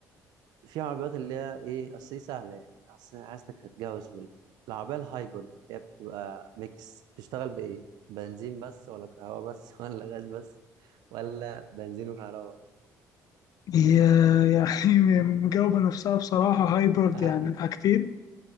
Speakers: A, on the right (about 80°); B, on the left (about 65°).
A: في عربيات اللي هي ايه اصل دي سهله يعني اصل أنا حاسس انك هتجوز سهولة. العربيه الهايبرد اللي هي بتبقى ميكس بتشتغل بايه بنزين بس ولا كهرباء بس <laughs> ولا غاز بس ولا بنزين وكهرباء
B: هي يعني مجاوبة نفسها بصراحة هايبرد
A: <laughs>
B: يعني حاجتين